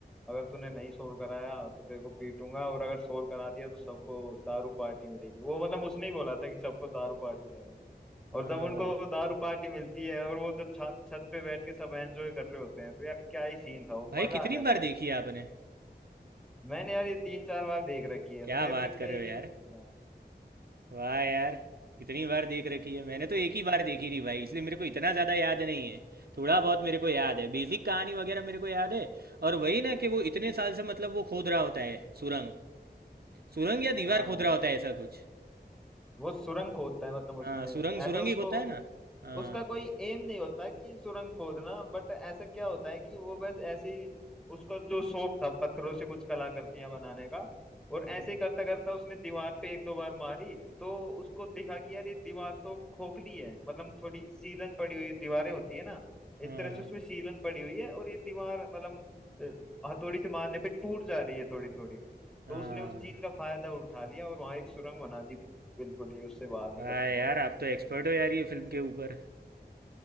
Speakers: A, in the centre; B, on the right.
A: अगर तूने नहीं सोल्व कराया तो तेरे को पीटूंगा और अगर सोल्व करा दिया तो सबको दारू पार्टी मिलेगी वो मतलब उसने ही बोला था कि सबको दारू पार्टी देना
B: हाँ
A: और जब उनको
B: भाई
A: दारू पार्टी मिलती है और वो जब छत छत पे बैठ के सब एंजॉय कर रहे होते हैं तो यार क्या ही सीन था वो
B: भाई
A: मजा
B: कितनी
A: आ गया था
B: बार
A: वो सुन
B: देखी
A: के।
B: है आपने
A: मैंने यार ये तीन चार बार देख रखी है
B: क्या
A: तो मेरे
B: बात
A: को इसका
B: कर
A: एक
B: रहे हो यार
A: एक ध्यान है
B: वाह यार इतनी बार देख रखी है मैंने तो एक ही बार देखी थी भाई इसलिए मेरे को इतना ज़्यादा याद नहीं है थोड़ा बहुत मेरे को याद है बेसिक कहानी वगैरह मेरे को याद है और वही ना कि वो इतने साल से मतलब वो खोद रहा होता है सुरंग सुरंग या दीवार
A: हाँ
B: खोद रहा होता है ऐसा कुछ
A: वो सुरंग खोदता है मतलब उसमें
B: हाँ सुरंग सुरंग
A: ऐसा उसको
B: ही खोदता है ना हाँ
A: उसका कोई एम नहीं होता कि सुरंग खोदना बट ऐसा क्या होता है कि वो बस ऐसे ही उसका जो शौक था पत्थरों से कुछ कलाकृतियां बनाने का और
B: हम्म,
A: ऐसे ही करता करता उसने दीवार पे एक दो बार मारी तो उसको दिखा कि यार ये दीवार तो खोखली है मतलब थोड़ी सीलन पड़ी हुई दीवारें होती है ना
B: हाँ
A: इस तरह
B: हाँ
A: से उसमें सीलन पड़ी हुई है और ये दीवार मतलब अ, हथौड़ी से मारने पे टूट जा रही है थोड़ी थोड़ी
B: हाँ।
A: तो उसने उस चीज का फायदा उठा लिया और वहां एक सुरंग बना दी बिल्कुल ही उससे बाहर
B: वाह
A: निकलने
B: यार
A: को
B: आप तो एक्सपर्ट हो यार ये फिल्म के ऊपर